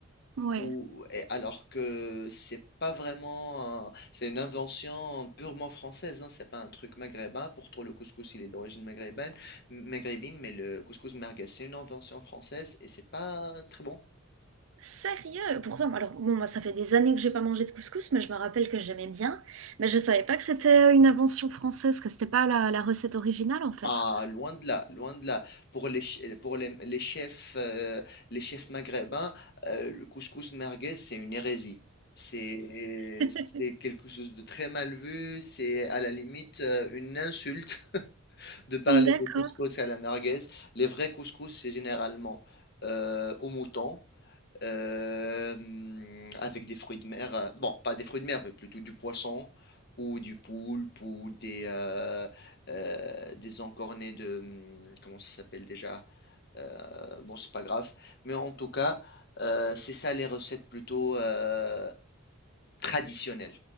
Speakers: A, on the right; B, on the left.
A: Ouais.
B: ou, et alors que c'est pas vraiment, un- c'est une invention purement française, hein, c'est pas un truc maghrébin. Pourtant, le couscous, il est d'origine maghrébine, maghrébine, mais le couscous merguez, c'est une invention française et c'est pas très bon.
A: Sérieux? Pourtant, alors, bon, moi, ça fait des années que j'ai pas mangé de couscous, mais je me rappelle que j'aimais bien. Mais je savais pas que c'était euh, une invention française, que c'était pas la, la recette originale, en fait.
B: Ah, loin de là, loin de là. Pour les, ch- pour les, les chefs, euh, les chefs maghrébins, euh, le couscous merguez, c'est une hérésie. C'est,
A: <laughs>
B: c'est quelque chose de très mal vu, c'est à la limite euh, une insulte. de parler
A: D'accord,
B: de couscous à la merguez. Les vrais couscous, c'est généralement euh, au mouton, euh, hum, avec des fruits de mer. euh, Bon, pas des fruits de mer, mais plutôt du poisson ou du poulpe ou des, euh, euh, des encornets de... hum, Comment ça s'appelle déjà? Euh, bon, c'est pas grave. Mais en tout cas, euh, c'est ça les recettes plutôt euh, traditionnelles